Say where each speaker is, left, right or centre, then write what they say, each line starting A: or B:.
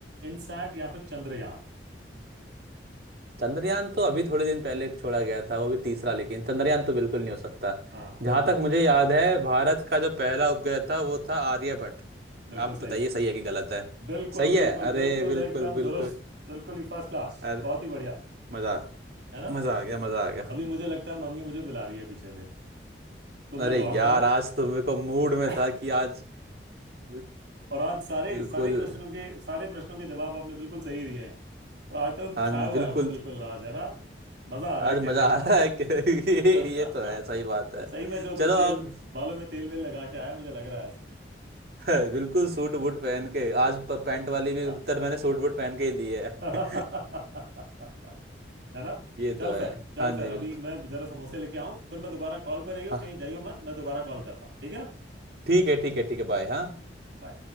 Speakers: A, on the right; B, on the right.
A: इनसैट या फिर चंद्रयान
B: चंद्रयान तो अभी थोड़े दिन पहले छोड़ा गया था वो भी तीसरा लेकिन चंद्रयान तो बिल्कुल नहीं हो सकता
A: हाँ बिल्कुल
B: जहां तक मुझे याद है भारत का जो पहला उपग्रह था वो था आर्यभट्ट
A: बिल्कुल
B: आप
A: सही
B: बताइए सही है कि गलत है
A: बिल्कुल
B: सही
A: बिल्कुल
B: है अरे
A: बिल्कुल
B: बिल्कुल
A: एकदम
B: बिल्कुल
A: दुरुस्त बिल्कुल ही फर्स्ट क्लास
B: अरे
A: बहुत ही बढ़िया
B: मजा
A: है ना
B: मजा आ गया मजा आ गया
A: अभी मुझे लगता है मम्मी मुझे बुला रही है पीछे से तो मैं
B: अरे
A: दौड़ता
B: यार
A: हूँ
B: आज तो मेरे को मूड में
A: <laughs>
B: था कि आज बि-
A: और आज सारे
B: बिल्कुल
A: सारे क्वेश्चनों के सारे प्रश्नों के जवाब आपने बिल्कुल सही दिए हैं तो आज तो तू छाया
B: हाँ
A: हुआ
B: बिल्कुल
A: है तो बिल्कुल आज है ना मजा आ रहा है
B: आज
A: खेलने
B: मजा आ
A: का
B: रहा है कि
A: <laughs>
B: <laughs> ये तो है सही बात है
A: सही में जो तू
B: चलो
A: तेल
B: अब
A: बालों में तेल वेल लगा के आया मुझे लग रहा है ऐसे
B: <laughs> है, बिल्कुल सूट बूट पहन के आज प- पैंट वाली भी
A: <laughs>
B: उत्तर मैंने सूट बूट पहन के ही दी है
A: <laughs>
B: <laughs>
A: है ना
B: ये
A: चल
B: तो है
A: फिर चल
B: हाँ
A: फिर
B: जी
A: अभी
B: बिल्कुल
A: मैं जरा समोसे लेके आऊं फिर मैं दोबारा कॉल पे रहियो
B: हाँ
A: कहीं जाइयो मत मैं दोबारा कॉल करता हूँ ठीक है ना
B: ठीक है ठीक है ठीक है बाय हाँ
A: Bye.